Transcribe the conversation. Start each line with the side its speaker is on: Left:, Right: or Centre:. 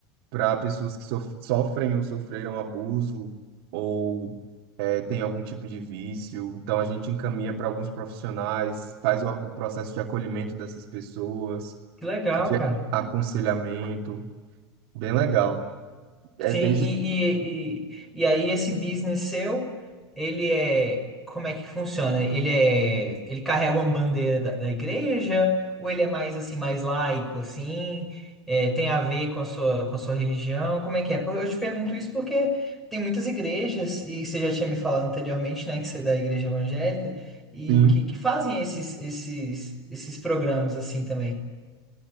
Right: para pessoas que sof- sofrem ou sofreram abuso ou eh, têm algum tipo de vício. Então, a gente encaminha para alguns profissionais, faz o, o processo de acolhimento dessas pessoas
Centre: Que legal, cara.
Right: aconselhamento, bem legal. É
Centre: Sim,
Right: desde
Centre: e, e, e, e aí esse business seu, ele é, como é que funciona? Ele é, ele carrega uma bandeira da, da igreja, ou ele é mais assim, mais laico, assim? É, tem a ver com a sua, com a sua religião? Como é que é? Pô, Eu te pergunto isso porque tem muitas igrejas, e você já tinha me falado anteriormente, né, que você é da igreja evangélica, e
Right: sim.
Centre: que, que fazem esses, esses, esses programas assim também.